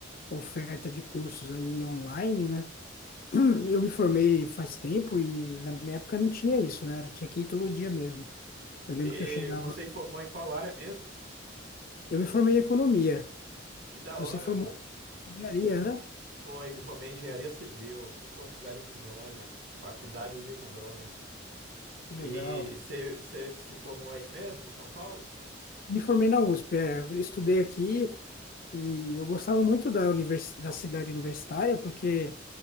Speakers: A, on the left; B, on the right.
A: oferta de cursos aí online, né? <clears throat> Eu me formei faz tempo e na minha época não tinha isso, né? Era- Tinha que ir todo dia mesmo. Eu lembro
B: E
A: que eu chegava.
B: você formou em qual área mesmo?
A: Eu me formei em economia.
B: Que da
A: Você
B: hora,
A: formou
B: mano.
A: em engenharia, né?
B: Foi, me formei em engenharia civil aqui em Porto Velho, Rondônia, na faculdade de Rondônia.
A: Que legal.
B: E você se formou aí mesmo, em São Paulo?
A: Me formei na USP, é, eu estudei aqui e eu gostava muito da, univers... da cidade universitária porque